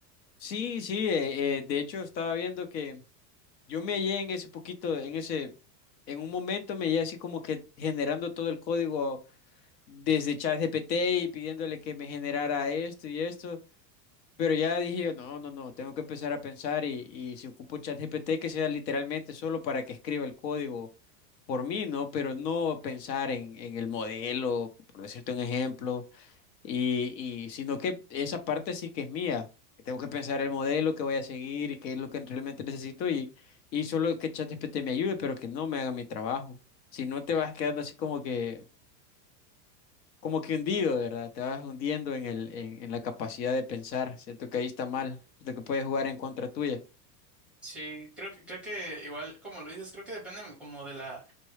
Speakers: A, on the left; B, in the centre.
A: Sí, sí, eh, eh, de hecho estaba viendo que yo me hallé en ese poquito, en ese, en un momento me hallé así como que generando todo el código desde ChatGPT y pidiéndole que me generara esto y esto. Pero ya dije yo, no, no, no, tengo que empezar a pensar y, y si ocupo ChatGPT que sea literalmente solo para que escriba el código por mí, ¿no? Pero no pensar en, en el modelo, por decirte un ejemplo, y, y sino que esa parte sí que es mía, que tengo que pensar el modelo que voy a seguir y qué es lo que realmente necesito y, y solo que ChatGPT me ayude, pero que no me haga mi trabajo. Si no te vas quedando así como que como que hundido, ¿verdad? Te vas hundiendo en el, en, en la capacidad de pensar. Siento que ahí está mal, siento que puede jugar en contra tuya.
B: Sí, creo que, creo que igual, como lo dices, creo que depende como de la,